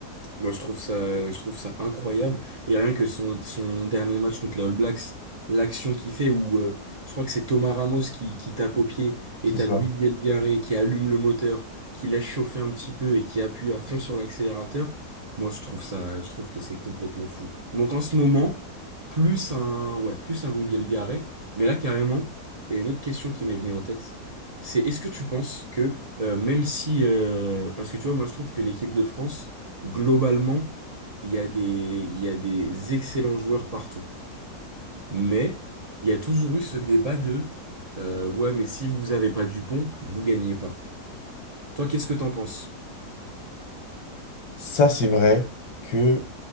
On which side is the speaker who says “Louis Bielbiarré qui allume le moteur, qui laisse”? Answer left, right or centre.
Right